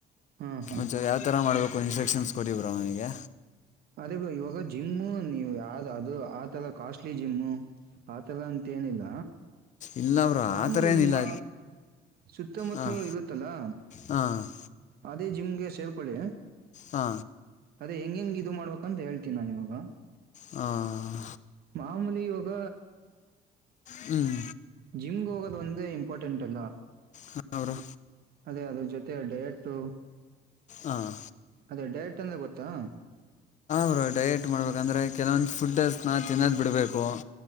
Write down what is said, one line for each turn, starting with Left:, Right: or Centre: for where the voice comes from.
Right: ಹಾ ಹಾ
Left: ಒಂಚ ಯಾವ ಥರ ಮಾಡಬೇಕು ಇನ್ಸ್ಟ್ರಕ್ಷನ್ಸ್ ಕೊಡಿವರಾ ಅವನಗೆ
Right: ಅದೇ ಬ ಇವಾಗ ಜಿಮ್ಮು ನೀವು ಯಾವ್ ಅದು ಆತರ ಕಾಸ್ಟ್ಲಿ ಜಿಮ್ಮು ಆತಲ್ಲ ಅಂತೇಏನಿಲ್ಲ
Left: ಇಲ್ಲ ಬ್ರೋ
Right: ಮಾಮೂಲಿ
Left: ಆ ಥರ ಏನಿಲ್ಲ
Right: ನಿಮ್ಮ ಸುತ್ತಮುತ್ತಲೂ
Left: ಹಾಂ
Right: ಇರುತ್ತಲ್ಲಾ
Left: ಹಾಂ
Right: ಅದೇ ಜಿಮ್ಗೆ ಸೇಲ್ಕೊಳ್ಳಿ
Left: ಹಾ
Right: ಅದ ಹೆಂ ಹೆಂಗ ಇದು ಮಾಡ್ಬೇಕುಂತ ಹೇಳ್ೀನಿ ನಾನು ಇವಾಗ
Left: ಹಾಂ
Right: ಮಾಮೂಲಿ ಒೋಗ
Left: ಹ್ಮ್
Right: ಜಿಮ್ಗೆ ಹೋಗೋದು ಒಂದೇ ಇಂಪಾರ್ಟೆಂಟ್ ಅಲ್ಲ
Left: ಹ ಅವೌರು
Right: ಅದೇ ಅದ ಜೊತೆ ಡೇಟು
Left: ಹಾಂ
Right: ಅದೇ ಡೈಟ್ ಅಂದ ಗೊತ್ತಾ
Left: ಹ್ರ ಡಯೇಟ್ ಮಾಡ್ಬೇಕಂದ್ರೆ ಕೆಲವೊಂದು ಫುಡ್ಡ ನಾ ತಿನ್ನೋದು್ ಬಿಡ್ಬೇಕು